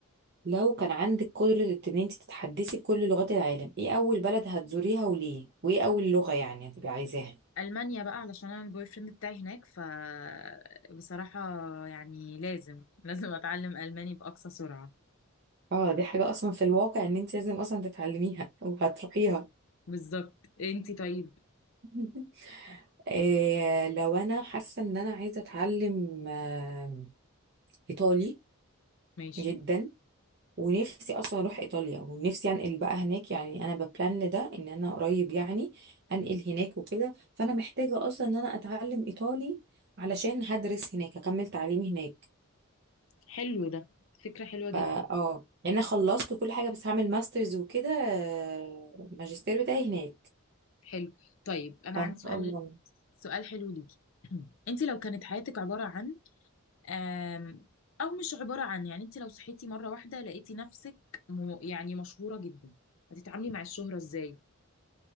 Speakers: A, on the right; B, on the left.
A: لو كان عندك قدرة ان انتي تتحدثي بكل لغات العالم ايه اول بلد هتزوريها وليه وايه اول لغة يعني هتبقي عايزاها
B: المانيا بقى علشان انا البوي فريند بتاعي هناك ف بصراحه يعني لازم لازم اتعلم الماني باقصى سرعه
A: اه دي حاجة اصلا في الواقع ان انتي لازم اصلا تتعلميها وهتروحيها
B: بالظبط انت طيب
A: <laughs> آه لو انا حاسة ان انا عايزة اتعلم آه ايطالي
B: ماشي
A: جدا ونفسي اصلا اروح ايطاليا ونفسي انقل بقى هناك يعني انا ببلان ده ان انا قريب يعني انقل هناك وكده فانا محتاجه اصلا ان انا اتعلم ايطالي علشان هدرس هناك هكمل تعليمي هناك
B: حلو ده فكره حلوه جدا
A: فا اه يعني انا خلصت كل حاجه بس هعمل ماسترز وكده آه، الماجستير بتاعي هناك
B: حلو طيب انا
A: فان
B: عندي سؤال
A: شاء الله
B: سؤال حلو ليكي <clears throat> انت لو كانت حياتك عباره عن آم، او مش عباره عن يعني انت لو صحيتي مره واحده لقيتي نفسك م... يعني مشهوره جدا هتتعاملي مع الشهره ازاي